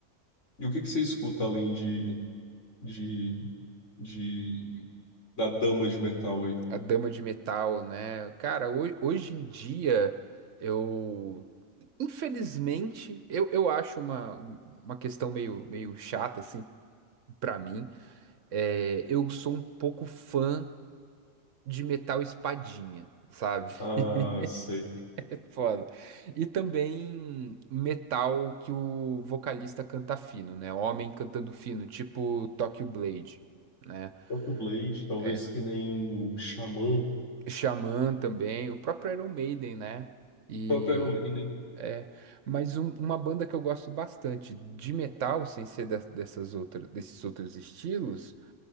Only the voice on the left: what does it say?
e o que que você escuta além de, de, de da dama de metal aí?
Ah,
sei.
Próprio Blade, talvez
que nem Xamã,
próprio Iron Maiden.